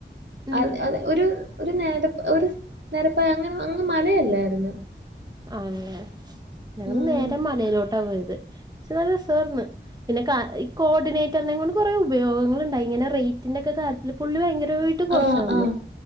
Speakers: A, on the right; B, on the right.
A: ഉം
B: അത് അത് ഒരു ഒര് നെര ഒര് നെരപ്പായ അങ്ങനെ അങ്ങ് മലയല്ലായിരുന്നു
A: ആണല്ലേ ഞങ്ങള്
B: ഉം
A: നേരെ മലയിലോട്ടാ പോയത്. പക്ഷെ നല്ലരസർന്ന് പിന്നെ ക ഈ കോർഡിനേറ്ററിനെ കൊണ്ട് കൊറെ ഉപയോഗങ്ങളുണ്ടായി ഇങ്ങനെ റേ പിന്നൊക്കെ കാര്യത്തില് പുള്ളി ഭയങ്കരമായിട്ട് കൊറച്ച്
B: ആഹ്
A: തന്ന്.
B: ആഹ്